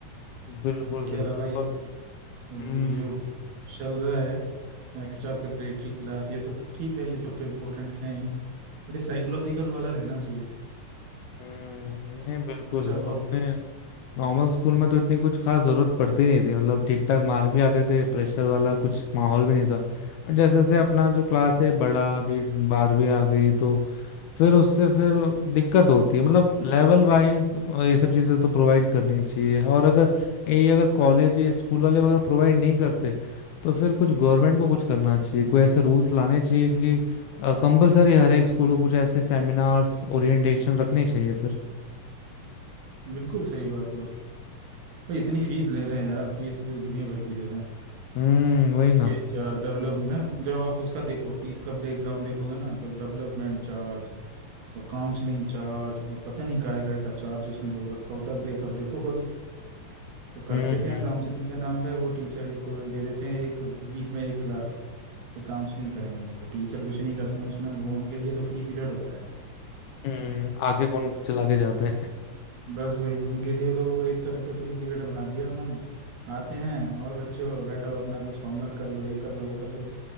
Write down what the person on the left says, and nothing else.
बिल्कुल
बिल्कुल
और
हम्म
हम्म, नहीं बिल्कुल
अपने नॉर्मल स्कूल में तो इतनी कुछ खास जरूरत पड़ती नहीं थी मतलब ठीक ठाक मार्क भी आते थे प्रेशर वाला कुछ माहौल भी नहीं था बट जैसे जैसे अपना जो क्लास है बड़ा अभी बारहवीं आ गई तो फिर उससे फिर दिक्कत होती है मतलब लेवल वाइज ये सब चीज़ें तो प्रोवाइड करनी चाहिए और अगर ये अगर कॉलेज ये स्कूल वाले अगर प्रोवाइड नहीं करते तो फिर कुछ गवर्नमेंट को कुछ करना चाहिए कोई ऐसे रूल्स लाने चाहिए कि कंपलसरी हर एक स्कूल को कुछ ऐसे सेमिनार्स ओरिएंटेशन रखने चाहिए फिर
हम्म वही ना
हम्म
हम्म
हम्म, आके फोन चला के जाते हैं